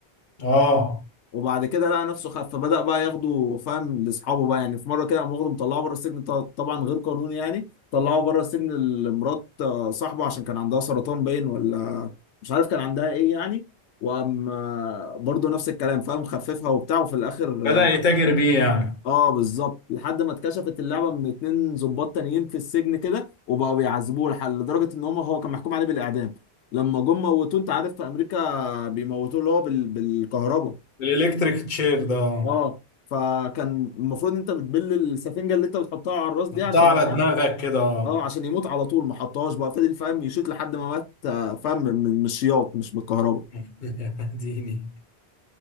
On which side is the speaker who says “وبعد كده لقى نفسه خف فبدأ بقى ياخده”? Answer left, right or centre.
Left